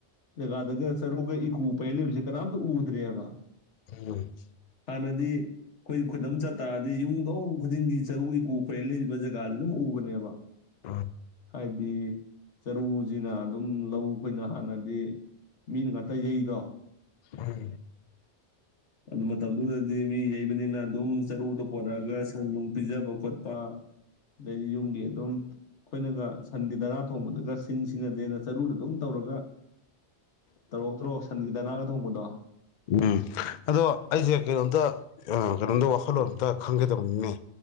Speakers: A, on the left (about 80°); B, on the left (about 55°).
A: ꯖꯒꯥꯗꯒ ꯆꯔꯨꯒ ꯏꯀꯨ ꯄꯩ ꯂꯩꯕꯁꯦ ꯀꯅꯥꯝꯇ ꯎꯗ꯭ꯔꯦꯕ꯫
B: ꯎꯝ꯫
A: ꯍꯥꯅꯗꯤ ꯈꯣꯏ <unintelligible> ꯃꯨꯛ ꯆꯠ꯫ ꯍꯥꯏꯗꯤ ꯌꯨꯝꯊꯣꯡ ꯈꯨꯗꯤꯡꯒꯤ ꯆꯔꯨ ꯏꯀꯨ ꯄꯩꯔ ꯂꯩꯕ ꯖꯒꯥꯗꯨ ꯑꯗꯨꯝ ꯎꯕꯅꯦꯕ꯫
B: ꯑꯥ꯫
A: ꯍꯥꯏꯗꯤ꯫ ꯆꯔꯨꯁꯤꯅ ꯑꯗꯨꯝ ꯂꯧ ꯑꯩꯈꯣꯏꯅ ꯍꯥꯟꯅꯗꯤ ꯃꯤꯅ ꯉꯥꯛꯇ ꯌꯩꯗꯣ꯫
B: <unintelligible>
A: ꯑꯗꯨ ꯃꯇꯝꯗꯨꯗꯗꯤ ꯃꯤ ꯌꯩꯕꯅꯦ ꯑꯗꯨꯝ ꯆꯔꯨꯗ ꯄꯣꯔꯛꯑꯒ ꯁꯟ ꯅꯨꯡ ꯄꯤꯖꯕ ꯈꯣꯠꯄ ꯑꯗꯩꯗꯤ ꯌꯨꯝꯒꯤ ꯑꯗꯨꯝ ꯑꯩꯈꯣꯏꯅꯒ ꯁꯟꯒꯤ ꯗꯅꯥ ꯊꯣꯡꯕꯗꯒ ꯁꯤꯡ ꯁꯤꯖꯤꯟꯅꯗꯦꯅ ꯆꯔꯨꯅ ꯑꯗꯨꯝ ꯇꯧꯔꯒ ꯇꯧꯔꯛꯇ꯭ꯔꯣ ꯁꯟꯒꯤ ꯗꯅꯥꯒ ꯊꯣꯡꯕꯗꯣ꯫
B: ꯎꯝ ꯑꯗꯣ ꯑꯩꯁꯦ ꯀꯩꯅꯣꯝꯇ ꯀꯩꯅꯣꯝꯗ ꯋꯥꯈꯜꯂꯣꯟ ꯑꯃꯇ ꯈꯪꯒꯦ ꯇꯧꯅꯤꯅꯦ꯫